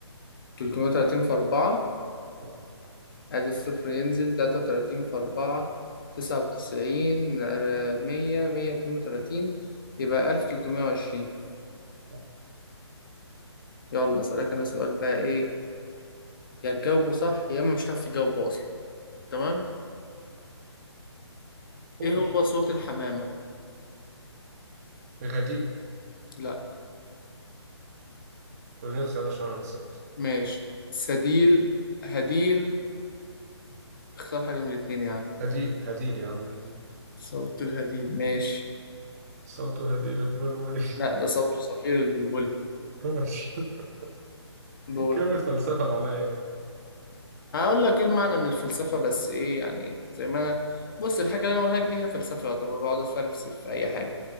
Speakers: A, on the left; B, on the right.
A: 330 في أربعة
B: آه،
A: أدي الصفر ينزل 33 في أربعة 99 آه، 100 132 يبقى 1320
B: صح.
A: يلا أسألك أنا سؤال بقى إيه يا تجاوبه صح يا إما مش هتعرف تجاوبه أصلا تمام
B: قول
A: إيه هو صوت الحمامة؟
B: غدير
A: لا
B: دي اختيارات عشان انا نسيت
A: ماشي سديل هديل اختار حاجة من الاتنين يا عم
B: هديل هديل يا عم هديل
A: صوت الهديل ماشي
B: صوت هديء للبلبل
A: لا ده صوت صفير البلبلي
B: <laughs>
A: دور
B: كلمة فلسفة معناها إيه؟
A: هقول لك ايه المعنى من الفلسفه بس ايه يعني زي ما انا بص الحاجه اللي انا بقولها لك دي هي فلسفه يعتبر بقعد اتفلسف في اي حاجه